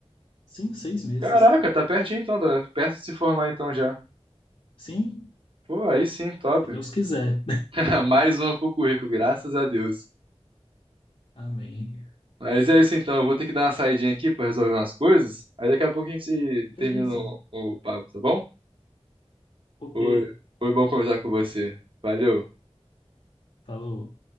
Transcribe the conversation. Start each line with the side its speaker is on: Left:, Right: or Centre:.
Left: Sim, seis meses.
Right: Caraca, tá pertinho então, tá perto de se formar então já.
Left: Sim,
Right: Pô, aí sim, top.
Left: se Deus quiser.
Right: <laughs> Mais uma pro currículo, graças a Deus.
Left: <laughs> Amém.
Right: Mas é isso então, eu vou ter que dar uma saidinha aqui pra resolver umas coisas. Aí daqui a pouco a gente
Left: Beleza.
Right: termina o, o papo, tá bom?
Left: Ok.
Right: Foi, foi bom conversar com você. Valeu.
Left: Falou.